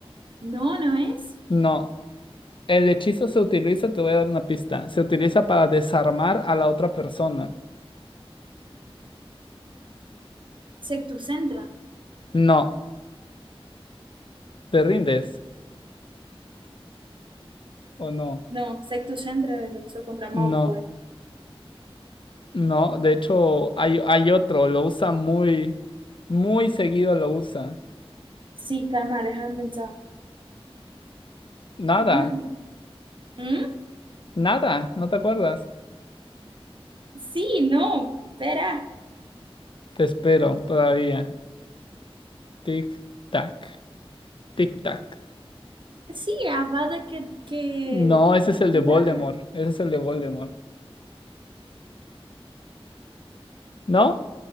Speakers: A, on the right (about 55°); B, on the left (about 55°).
A: no, no es.
B: No. El hechizo se utiliza, te voy a dar una pista. Se utiliza para desarmar a la otra persona.
A: Sectus Centra.
B: No. ¿Te rindes o no?
A: No, Sectus Centra lo usó contra Malfoy.
B: No. No, de hecho hay, hay otro, lo usa muy, muy seguido lo usa.
A: Sí, calma, déjame pensar.
B: Nada,
A: Ay, ¿Mm?
B: nada, ¿no te acuerdas?
A: Sí, no, espera.
B: Te espero todavía. Tic, tac, tic, tac.
A: Sí, Avada que, que...
B: No, ese es el
A: Kedavra.
B: de Voldemort, ese es el de Voldemort. ¿No?